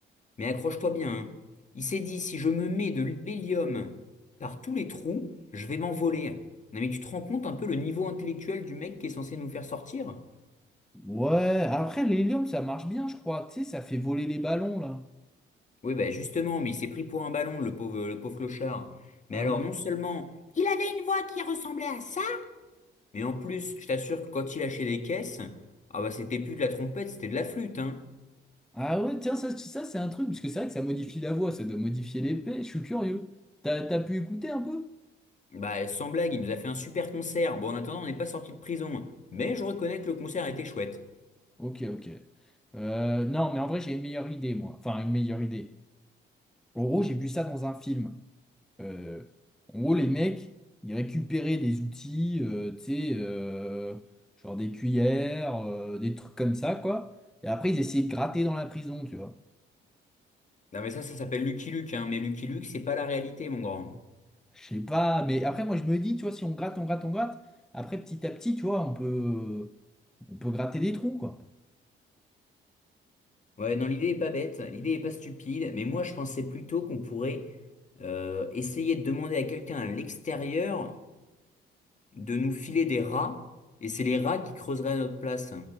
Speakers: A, on the left (about 40°); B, in the centre.
A: mais accroche-toi bien. hein. Il s'est dit, si je me mets de l'hélium par tous les trous, je vais m'envoler. Non, mais tu te rends compte un peu le niveau intellectuel du mec qui est censé nous faire sortir?
B: ouais, après, l'hélium, ça marche bien, je crois. Tu sais, ça fait voler les ballons, là.
A: Oui, bah justement, mais il s'est pris pour un ballon, le pauvre, le pauvre clochard.
B: Ah
A: Mais alors,
B: ouais.
A: non seulement il avait une voix qui ressemblait à ça, mais en plus, je t'assure que quand il lâchait des caisses, ah bah c'était plus de la trompette, c'était de la flûte, hein.
B: Ah ouais, tiens, ça, ça c'est un truc, parce que c'est vrai que ça modifie la voix, ça doit modifier l'épée, je suis curieux. T'as, t'as pu écouter un peu?
A: Bah, sans blague, il nous a fait un super concert. Bon, en attendant, on n'est pas sorti de prison. Mais je reconnais que le concert était chouette.
B: Ok, ok. Euh, non, mais en vrai, j'ai une meilleure idée, moi. Enfin, une meilleure idée. En gros, j'ai vu ça dans un film. Euh, en gros, les mecs, ils récupéraient des outils, euh, tu sais, euh, genre des cuillères, euh, des trucs comme ça, quoi. Et après, ils essayaient de gratter dans la prison, tu vois.
A: Non, mais ça, ça s'appelle Lucky Luke, hein. Mais Lucky Luke, c'est pas la réalité, mon grand.
B: Je sais pas, mais après, moi, je me dis, tu vois, si on gratte, on gratte, on gratte, après, petit à petit, tu vois, on peut, on peut gratter des trous, quoi.
A: Ouais, non, l'idée est pas bête, l'idée est pas stupide. Mais moi, je pensais plutôt qu'on pourrait euh, essayer de demander à quelqu'un à l'extérieur de nous filer des rats. Et c'est les rats qui creuseraient à notre place.